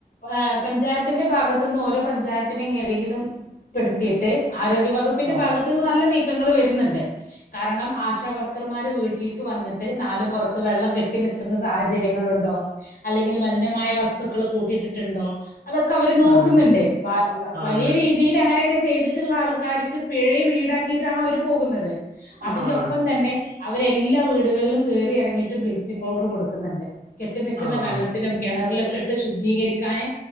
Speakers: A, on the left; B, on the right.
A: അഹ് പഞ്ചായത്തിന്റെ ഭാഗത്തുന്ന് ഓരോ പഞ്ചായത്തിനും <unintelligible> ദം പെടുത്തീട്ട് ആരോഗ്യ വകുപ്പിന്റെ
B: ആഹ്
A: ഭാഗത്തുന്ന് നല്ല നീക്കങ്ങൾ വെരുന്നുണ്ട് കാരണം ആശാവർക്കർമാർ വീട്ടിൽക്ക് വന്നിട്ട് നാല് പൊറത്ത് വെള്ളം കെട്ടി നിൽക്കുന്ന സാഹചര്യങ്ങളുണ്ട് ണ്ടോ അല്ലെങ്കിൽ മലിനമായ വസ്തുക്കൾ കൂട്ടിയിട്ടിട്ട്ണ്ടോ അതൊക്കെ അവര് നോക്കുന്ന്ണ്ട്
B: ആഹ്
A: വലിയ
B: ഉണ്ട് ഉണ്ട്
A: രീതിയിൽ അങ്ങനൊക്കെ ചെയ്തിട്ടുള്ള ആൾക്കാർക്ക് പിഴയും ഈടാക്കിയിട്ടാണ് അവര് പോകുന്നത് അതിന്റെ
B: ആഹ് ആണ്
A: ഒപ്പം തന്നെ അവരെല്ലാ വീടുകളിലും കേറി ഇറങ്ങിയിട്ട് ബ്ലീച്ചിങ് പൗഡർ കൊടുക്കുന്നുണ്ട് കെട്ടി നിക്കുന്ന
B: ആണ് ആഹ്
A: വെള്ളത്തിലും കെണറിലും ശുദ്ധീകരിക്കാന്